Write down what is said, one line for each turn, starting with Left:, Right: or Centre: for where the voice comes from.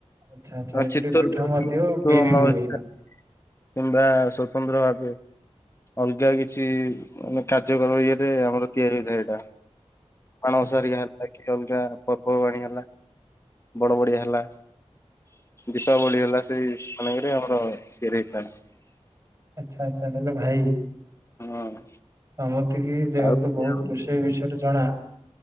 Right: ଆଚ୍ଛା ଆଚ୍ଛା
Left: ହଁ
Right: ଇଡଲି
Left: ଚିତଉଲାଗି
Right: ପିଠା ମଧ୍ୟ ବିରିରୁ
Left: ଅମାବାସ୍ୟା
Right: ହୁଏ
Left: କିମ୍ବା ସ୍ବତନ୍ତ୍ର ଭାବେ। ଅଲଗା କିଛି ମାନେ କାର୍ଯ୍ୟକମ ଇଏରେ ଆମର ତିଆରି ହେଇଥାଏ ଏଟା
Right: ଆଚ୍ଛା।
Left: ମାଣବସା ହେଲାକି। ଅଲଗା ପର୍ବବାଣି ହେଲା ବଡ ବଡିଆ ହେଲା ଦୀପାବଳି ହେଲା ସେଇ ମାନଙ୍କରେ ଆମର ତିଆରି ହେଇଥାନ୍ତା।
Right: ଆଚ୍ଛା ଆଚ୍ଛା ଦେଲ ଭାଇ
Left: ହଁ।
Right: ତମର ଟିକିଏ ଯେହେତୁ
Left: ଆଉ
Right: ବହୁତ ରୋଷେଇ ବିଷୟରେ ଜଣା